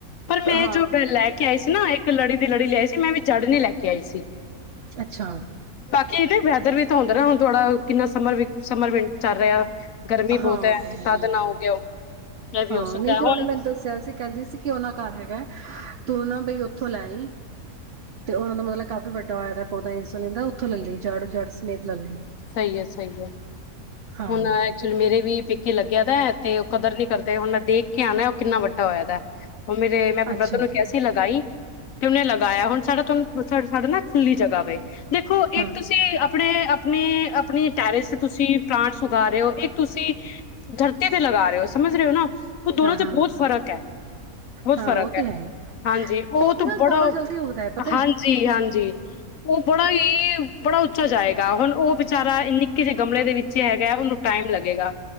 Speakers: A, on the left; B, on the right.
A: ਪਰ ਮੈਂ
B: ਹਾਂ
A: ਜੋ ਲੈ ਕੇ ਆਈ ਸੀ, ਨਾ ਇੱਕ ਲੜੀ ਦੀ ਲੜੀ ਲਿਆਈ ਸੀ ਮੈਂ ਵੀ ਜੜ ਨਹੀਂ ਲੈ ਕੇ ਆਈ ਸੀ।
B: ਅੱਛਾ।
A: ਬਾਕੀ ਨਾ ਵੈਦਰ ਵੀ ਤਾਂ ਹੁੰਦਾ ਨਾ ਹੁਣ ਥੋੜਾ ਕਿੰਨਾ ਸਮਰ ਵੀਕ ਸਮਰ ਵਿਨ ਚੱਲ ਰਿਹਾ। ਗਰਮੀ
B: ਹਾਂ,
A: ਬਹੁਤ
B: ਉਹ
A: ਹੈ
B: ਤਾ ਤੇ ਹੈਹੀ
A: ਤਦ ਨਾ ਹੋ ਗਿਆ ਉਹ ਇਹ ਵੀ
B: ਹਾਂ,
A: ਹੋ ਸਕਦਾ
B: ਨਹੀਂ ਫਿਰ
A: ਹੁਣ
B: ਉਹਨੇ ਮੈਨੂੰ ਦੱਸਿਆ ਸੀ ਕਹਿੰਦੀ ਸੀ ਕਿ ਉਹਨਾ ਘਰ ਹੈਗਾ। ਤੂੰ ਨਾ ਬਈ ਉੱਥੋਂ ਲੈ ਆਈ ਤੇ ਉਹਨਾਂ ਦਾ ਮਤਲਬ ਕਾਫ਼ੀ ਵੱਡਾ ਹੋਇਆ ਪੌਦਾ ਇਨਸੁਲਿਨ ਦਾ ਉੱਥੋਂ ਲੈ ਲਈ ਜੜ ਜੜ ਸਮੇਤ ਲੈ ਲਈ।
A: ਸਹੀ ਐ -ਸਹੀ ਐ।
B: ਹਾਂ
A: ਹੁਣ ਐਕਚੁਲੀ ਮੇਰੇ ਵੀ ਪੇਕੇ ਲੱਗਿਆ ਦਾ ਤੇ ਕਦਰ ਨਹੀਂ ਕਰਦੇ ਹੁਣ ਮੈਂ ਦੇਖ ਕੇ ਆਣਾ ਉਹ ਕਿੰਨਾ ਵੱਡਾ ਹੋਇਆ ਦਾ। ਹੁਣ ਮੇਰੇ ਮੈਂ ਆਪਣੇ
B: ਅੱਛਾ
A: ਬ੍ਰਦਰ ਨੂੰ ਕਿਹਾ ਸੀ ਲਗਾਈ ਕਿ ਉਹਨੇ ਲਗਾਇਆ ਹੁਣ ਸਾਡਾ ਤੂੰ ਸਾਡਾ ਨਾਲ ਖੁੱਲੀ ਜਗ੍ਹਾ ਵੈ ਦੇਖੋ
B: ਹਾਂ
A: ਇੱਕ ਤੁਸੀਂ ਆਪਣੀ -ਆਪਣੀ -ਆਪਣੀਂ ਟੈਰਿਸ ਤੁਸੀਂ ਪਲਾਂਟਸ ਉਗਾ ਰਹੇ ਹੋ ਇਹ ਤੁਸੀਂ ਧਰਤੀ ਤੇ ਲਗਾ ਰਹੇ ਹੋ ਸਮਝ ਰਹੇ ਹੋ ਨਾ। ਉਹ ਦੋਨੋ
B: ਹਾਂ
A: 'ਚ
B: ਹਾਂ
A: ਬਹੁਤ ਫ਼ਰਕ ਐ। ਬਹੁਤ
B: ਹਾਂ
A: ਫ਼ਰਕ
B: ਉਹ ਤੇ
A: ਐ
B: ਹੈ
A: ਹਾਂਜੀ ਉਹ
B: ਪੌਦੇ
A: ਤਾਂ
B: ਨਾਲ
A: ਬੜਾ
B: ਪੌਦਾ ਜਲਦੀ ਉੱਗਦਾ ਹੈ ਪਤਾ
A: ਹਾਂਜੀ-
B: ਹੈ।
A: ਹਾਂਜੀ ਉਹ ਬੜਾ ਹੀ ਬੜਾ ਉੱਚਾ ਜਾਏ ਹੁਣ ਉਹ ਵਿਚਾਰਾ ਐ ਨਿੱਕੇ ਜਿਹੇ ਗਮਲੇ ਦੇ ਵਿੱਚ ਹੈਗਾ ਉਹਨੂੰ ਟਾਈਮ ਲੱਗੇਗਾ।